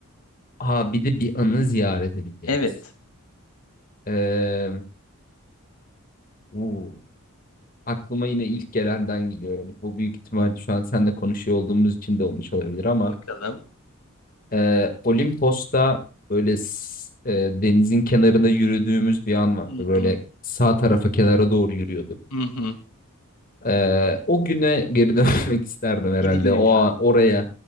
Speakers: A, on the left; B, on the left.
A: Aa bir de bir anı ziyaret edeceğiz.
B: Evet.
A: Ee, uu, Aklıma yine ilk gelenden gidiyorum. Bu büyük ihtimal şu an seninle konuşuyor olduğumuz için de olmuş olabilir ama
B: Bakalım.
A: e, Olimpos'ta böyle s- e, denizin kenarında yürüdüğümüz bir an vardı.
B: Hı
A: Böyle
B: hı.
A: sağ tarafa kenara doğru yürüyorduk.
B: Hı hı.
A: E, o güne geri <laughs> dönmek isterdim herhalde.
B: Gidilir
A: O
B: ya.
A: a- oraya,